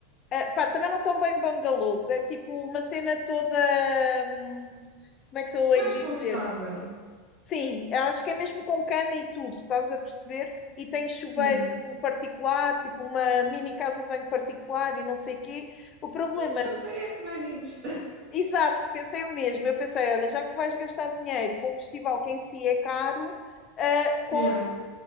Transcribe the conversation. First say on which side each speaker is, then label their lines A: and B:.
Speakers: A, on the left; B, on the right.
A: Eh, pá, também não são bem bangalôs, é tipo uma cena toda, hum, como é que eu
B: Mais
A: hei de
B: confortável.
A: dizer? Sim, acho que é mesmo com cama e tudo, estás a perceber? E tem chuveiro
B: Hum.
A: particular, tipo uma mini casa de banho particular e não sei o quê. O problema
B: Isso já me parece mais interessante. <laughs>
A: Exato, pensei o mesmo. Eu pensei, olha, já que vais gastar dinheiro com um festival que em si é caro, ah, com-
B: Yeah,